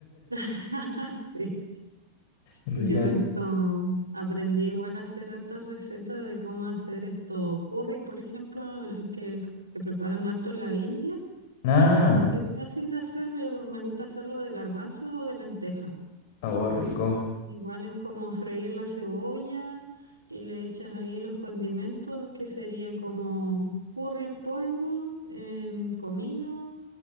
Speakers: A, on the right (about 80°); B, on the left (about 50°).
A: <laughs> Sí.
B: es
A: Yo
B: rica.
A: esto aprendí igual a hacer hartas recetas de cómo hacer esto curry, por ejemplo, el que, que preparan harto en la India.
B: Ah,
A: Igual es fácil de hacer, yo lo- me gusta hacerlo de garbanzos o de lenteja.
B: sabor rico.
A: Igual es como freír la cebolla y le echas ahí los condimentos, que sería como curry en polvo, em, comino,